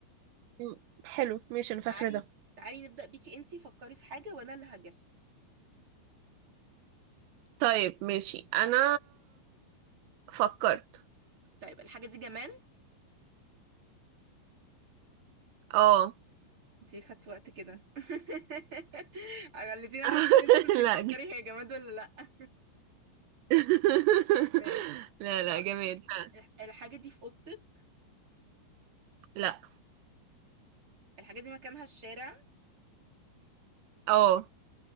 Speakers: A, on the right (about 85°); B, on the right (about 30°).
A: م، حلو ماشي انا فاكره
B: تعالي
A: ده
B: تعالي نبدأ بيكي انتي فكري في حاجة وأنا اللي هجس
A: طيب ماشي انا فكرت
B: طيب الحاجة دي جماد
A: اه
B: انتي ليه خدتي وقت كده <laughs> خليتيني
A: <laughs>
B: أحس إن انتي كنتي بتفكري
A: لا ج-
B: هي جماد ولا لأ
A: <laughs>
B: ماشي
A: لا لا
B: طيب
A: جماد لا
B: الح- الحاجة دي في أوضتك
A: لا.
B: الحاجة دي مكانها الشارع
A: اه